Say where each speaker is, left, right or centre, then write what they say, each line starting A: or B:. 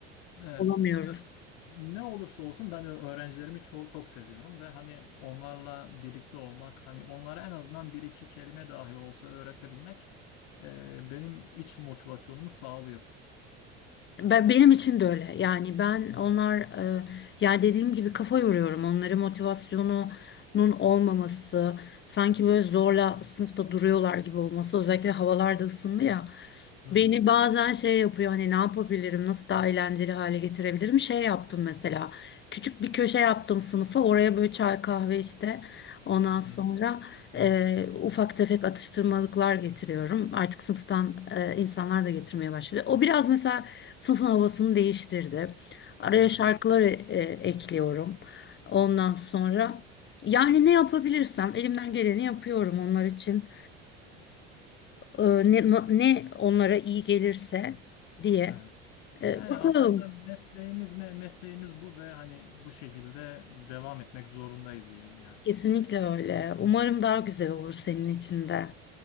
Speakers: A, on the left; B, on the left.
A: evet,
B: olamıyoruz.
A: ne olursa olsun ben öğrencilerimi çok çok seviyorum ve hani onlarla birlikte olmak, hani onlara en azından bir iki kelime dahi olsa öğretebilmek e, benim iç motivasyonumu sağlıyor.
B: Ben, benim için de öyle. Yani ben
A: Hı
B: onlar e, yani dediğim gibi kafa yoruyorum. Onların motivasyonunun olmaması, sanki böyle zorla sınıfta duruyorlar gibi olması. Özellikle havalar da ısındı ya.
A: hı. Hı
B: Beni
A: hı.
B: bazen şey yapıyor hani ne yapabilirim nasıl daha eğlenceli hale getirebilirim şey yaptım mesela küçük bir köşe yaptım sınıfa oraya böyle çay kahve işte ondan
A: Hı
B: sonra
A: hı.
B: e, ufak tefek atıştırmalıklar getiriyorum artık sınıftan e, insanlar da getirmeye başladı o biraz mesela sınıfın havasını değiştirdi araya
A: Hı hı.
B: şarkılar e, e, ekliyorum ondan sonra yani ne yapabilirsem elimden geleni yapıyorum onlar için e, ne, na- ne onlara iyi gelirse diye.
A: Evet.
B: E,
A: Yani
B: bakalım.
A: aslında mesleğimiz me mesleğimiz bu ve hani bu şekilde devam etmek zorundayız diyeyim yani.
B: Kesinlikle öyle. Umarım daha güzel olur senin için de.